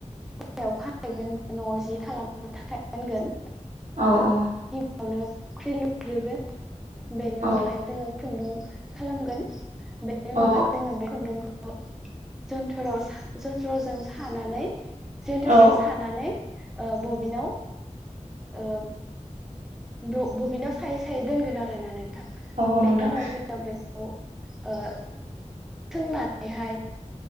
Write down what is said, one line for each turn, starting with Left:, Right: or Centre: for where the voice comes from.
Centre: हाथायाव फानैगोन बा न'आव जि खालामनो थाखाय दोनगोन।
Right: औ औ
Centre: आवनो थावख्रि लुग्रोगोन बेनि उनावहाय
Right: औ
Centre: जोङो खुन्दुं खालामगोन। बेनि उनावहाय
Right: औ
Centre: जोङो बे खुन्दुंखौ जो थोराव जनथ्रजों सानानै जोन्थोरजों
Right: औ
Centre: सानानै ओ बबिनाव ओ ब बबिनाव सायै सायै दोनगोन आरोना नोंथां
Right: औ
Centre: बेनि
Right: नोंथां
Centre: उनाव जोंनाव बे खौ ओ सोंनानैहाय